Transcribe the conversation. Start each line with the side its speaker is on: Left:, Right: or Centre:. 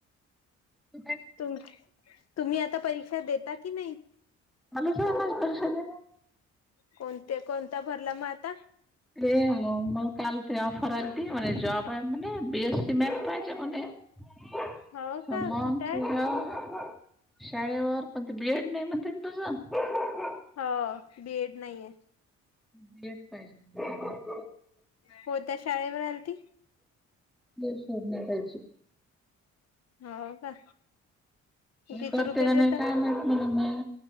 Centre: <unintelligible>
Left: तु, तुम्ही आता परीक्षा देता की नाही?
Centre: आणि कशाला परीक्षा द्यायला.
Left: कोणते कोणता भरला मगं आता.
Centre: ते म काल ते अऑफर आलती म जॉब आहे म बीएस सीमेट पायच म हा
Left: हो का
Centre: मग
Left: कुठे आहे?
Centre: शाळेवर शाळेवर पण ते बीएड नाही म्हणते ना तुझ.
Left: हा बीएड नाही आहे.
Centre: बीएड पाहिजे.
Left: कोणत्या शाळेवर आलती?
Centre: ते शोधल पाहिजे.
Left: हा का. किती
Centre: करते
Left: रुपये
Centre: का
Left: देतात?
Centre: नाही काय माहत नाहीला म